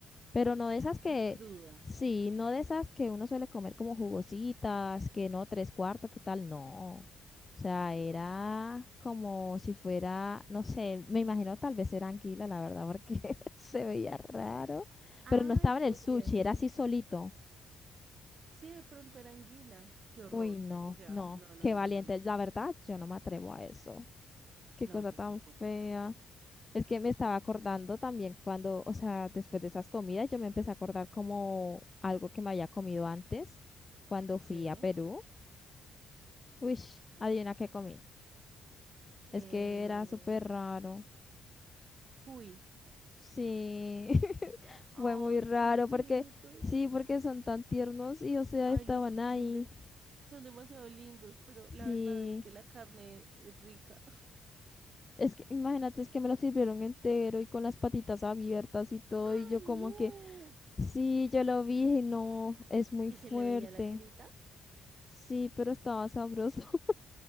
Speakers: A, on the left (about 25°); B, on the right (about 50°).
A: Pero no de
B: Carne
A: esas que,
B: cruda.
A: sí, no de esas que uno suele comer como jugositas, que no, tres cuartos, que tal, no. O sea, era como si fuera, no sé, me imagino tal vez era anguila, la verdad, porque <laughs> se veía raro.
B: Ay,
A: Pero no estaba en
B: podría
A: el sushi,
B: ser.
A: era así solito.
B: Sí, de pronto era anguila. Qué horror.
A: Uy, no,
B: O sea,
A: no,
B: no, no,
A: qué
B: no,
A: valiente.
B: no, no.
A: La verdad, yo no me atrevo a eso. Qué
B: No,
A: cosa
B: yo
A: tan
B: tampoco.
A: fea. Es que me estaba acordando también cuando, o sea, después de esas comidas, yo me empecé a acordar como algo que me había comido antes cuando fui
B: Sí.
A: a Perú. Uy, adivina qué comí.
B: Eh,
A: Es que era súper raro.
B: cuy.
A: Sí, <laughs> fue
B: Ay,
A: muy raro
B: pobrecitos.
A: porque, sí, porque son tan tiernos y, o sea,
B: Ay,
A: estaban
B: los cuy
A: ahí.
B: son de, son demasiado lindos, pero
A: Sí,
B: la verdad es que la carne es rica.
A: es que imagínate, es que me lo sirvieron entero y con las patitas abiertas y todo, y
B: Ay,
A: yo como
B: no.
A: que, sí, yo lo vi y no, es muy
B: Y
A: fuerte.
B: se le veía la carita
A: Sí, pero estaba sabroso. <laughs>